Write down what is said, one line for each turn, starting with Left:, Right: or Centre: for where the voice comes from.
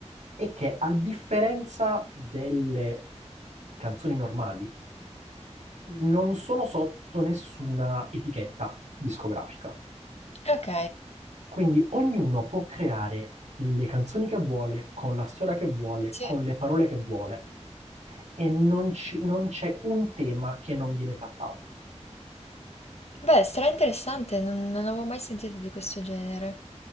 Right: è che a differenza delle canzoni normali, non sono sotto nessuna etichetta discografica.
Left: Ok,
Right: Quindi ognuno può creare le canzoni che vuole, con la storia che vuole,
Left: sì.
Right: con le parole che vuole e non, ci- non c'è un tema che non viene trattato.
Left: Beh, sarà interessante, non, non avevo mai sentito di questo genere.